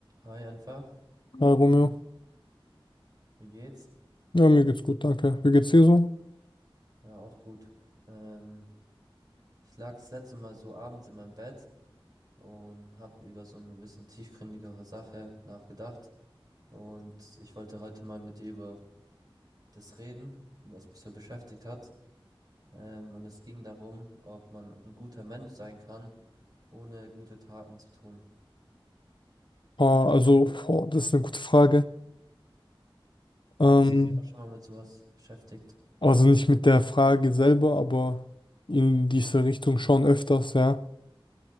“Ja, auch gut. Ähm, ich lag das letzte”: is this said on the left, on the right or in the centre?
Right